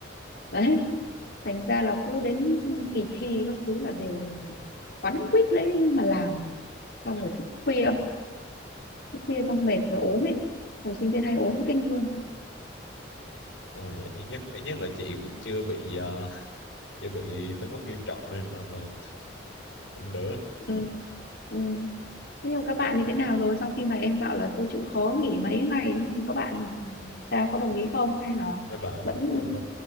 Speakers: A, on the left; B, on the left.
A: đấy thành ra là cứ đến kỳ thi các thứ là đều quắn quýt lấy mà làm xong
B: dạ.
A: rồi thức khuya thức khuya
B: À,
A: xong mệt rồi ốm ấy hồi sinh viên hay ốm kinh luôn
B: này, ít nhất ít nhất là chị cũng chưa bị ờ, chưa bị tới mức nghiêm trọng nên là, là cũng đỡ
A: ừ, ừ. thế nhưng các bạn thì thế nào rồi sau khi mà em bảo là thôi chịu khó nghỉ mấy ngày ấy, nhưng các bạn sao có đồng ý không hay là
B: mấy bạn
A: vẫn
B: cũng đồng